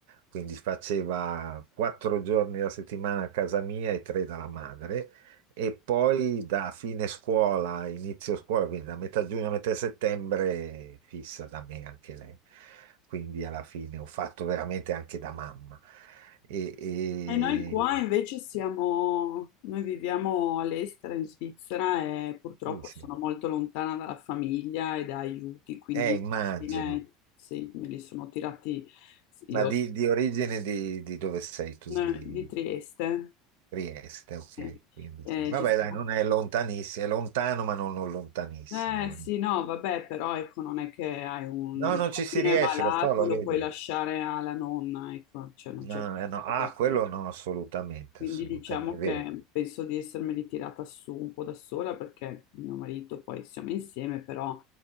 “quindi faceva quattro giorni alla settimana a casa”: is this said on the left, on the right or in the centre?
Right